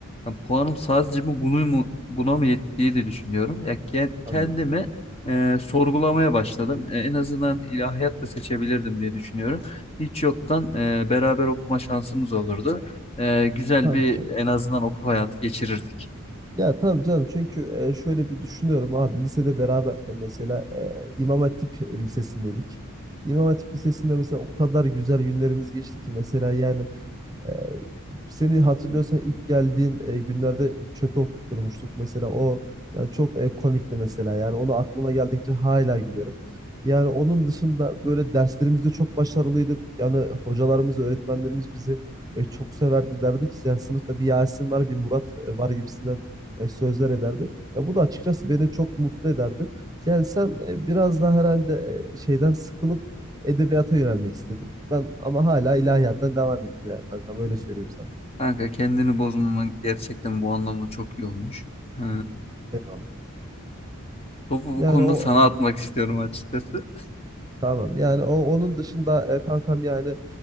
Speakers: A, on the left (about 30°); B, on the right (about 15°).
A: Ya puanım sadece bu bunu mu buna mı yetti diye de düşünüyorum. Ya ke-
B: Anladım.
A: kendimi e, sorgulamaya başladım. E, en azından ilahiyat da seçebilirdim diye düşünüyorum. Hiç yoktan e, beraber okuma şansımız olurdu. E, güzel
B: Tabii
A: bir
B: ki.
A: en azından okul hayatı geçirirdik.
B: Ya tabii canım çünkü e, şöyle bir düşünüyorum abi lisede beraberken mesela e, İmam Hatip Lisesi'ndeydik. İmam Hatip Lisesi'nde mesela o kadar güzel günlerimiz geçti ki mesela yani Ee, seni hatırlıyorsan ilk geldiğin e, günlerde çöpe oturtmuştuk mesela o yani çok e, komikti mesela yani onu aklıma geldikçe hala gülerim. Yani onun dışında böyle derslerimizde çok başarılıydık. Yani hocalarımız, öğretmenlerimiz bizi e, çok severdi derdi ki yani sınıfta bir Yasin var, bir Murat e, var gibisinden e, sözler ederdi. Ya bu da açıkçası beni çok mutlu ederdi. Yani sen e, biraz daha herhalde e, şeyden sıkılıp edebiyata yönelmek istedin. Ben ama hala ilahiyattan devam ettim yani kankam öyle söyleyeyim sana.
A: Kanka kendini bozmaman gerçekten bu anlamda çok iyi olmuş. E,
B: Eyvallah.
A: topu bu
B: Yani
A: konuda
B: o
A: sana atmak istiyorum açıkçası.
B: tamam yani o onun dışında e, kankam yani